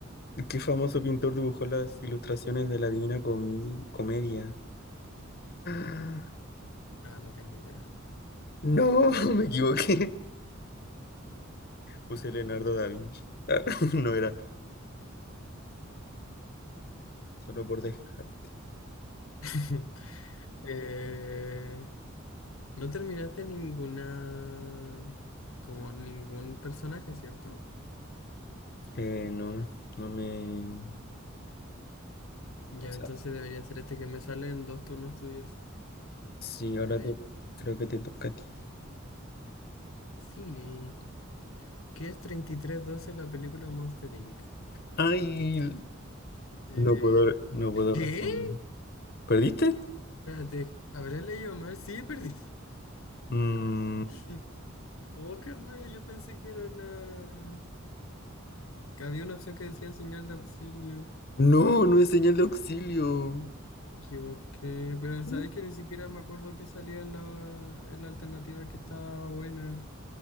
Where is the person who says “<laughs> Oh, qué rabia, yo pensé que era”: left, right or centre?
Left